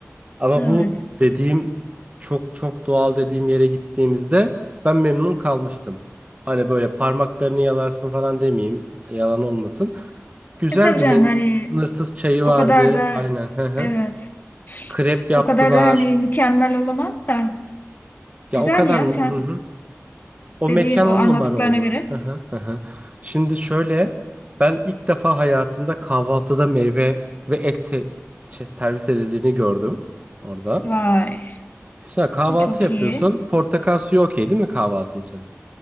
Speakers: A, on the right (about 30°); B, on the left (about 35°).
A: Ama
B: Evet.
A: bu dediğim çok çok doğal dediğim yere gittiğimizde ben memnun kalmıştım. Hani böyle parmaklarını yalarsın falan demeyeyim. Yalan olmasın. Güzeldi.
B: E tabii canım
A: men-
B: hani
A: Sınırsız çayı
B: o
A: vardı.
B: kadar da
A: Aynen. Hı hı.
B: evet.
A: Krep yaptılar.
B: O kadar da hani mükemmel olamaz da.
A: Ya
B: Güzel
A: o kadar.
B: ya
A: Hı
B: sen
A: hı. O
B: dediğin
A: mekan
B: o
A: on
B: anlattıklarına
A: numara olur.
B: göre.
A: Hı hı, hı hı. Şimdi şöyle ben ilk defa hayatımda kahvaltıda meyve ve et se- şey, servis edildiğini gördüm orada.
B: Vay.
A: İşte kahvaltı
B: Çok
A: yapıyorsun.
B: iyi.
A: Portakal suyu okey değil mi kahvaltı için?